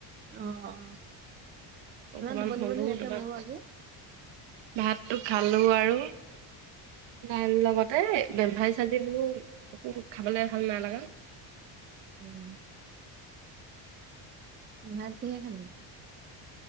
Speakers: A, on the right; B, on the right.
A: অহ।
B: অকমান
A: ইমান টোপনি
B: হলো
A: টোপনি ধৰি আছে
B: তোমাৰ
A: মোৰো
B: ভাত
A: আজি।
B: ভাতটো খালো আৰু দাইল লগত এই বেমফাৰী চাৰজ বোৰো একো খাবলে ভাল নালাগা।
A: উম। উ ভাত কিহে খালি?